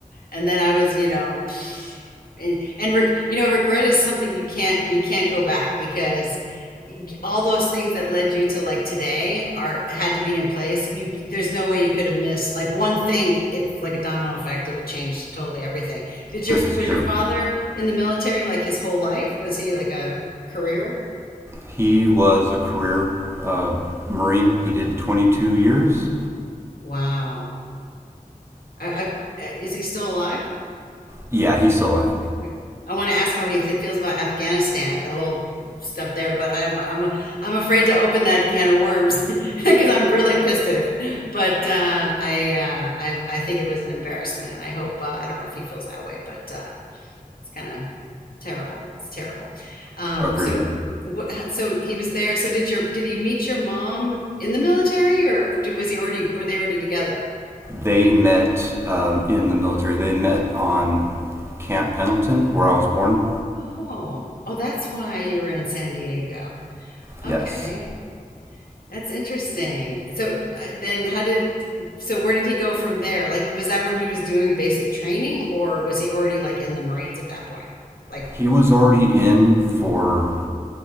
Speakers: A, on the left (about 90°); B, on the right (about 15°).
A: and then I was, you know, and, and reg- you know regret is something you can't you can't go back because all those things that led you to like today are had to be in place you there's no way you could have missed like one thing it's like a domino effect it would change totally everything did your
B: This is
A: was
B: true.
A: your father in the military like his whole life was he like a career
B: He was a career uh, Marine. He did 22 years.
A: wow I, I, is he still alive
B: Yeah, he's still alive.
A: Okay. I want to ask how he th- feels about Afghanistan, the whole stuff there, but I'm I'm I'm afraid to open that can of worms because <laughs> I'm really pissed at it. But uh, I uh, I I think it was an embarrassment, and I hope uh, I don't know if he feels that way, but uh, it's kind of terrible. It's terrible. Um,
B: Agreed.
A: so what, so he was there. So did your did he meet your mom in the military, or did, was he already were they already together?
B: they met um, in the military. They met on Camp Pendleton, where I was born.
A: Oh, oh, that's why you were in San Diego.
B: Yes.
A: Okay. That's interesting. So uh, then how did so where did he go from there? Like was that where he was doing basic training or was he already like in the Marines at that point? Like
B: He was already in for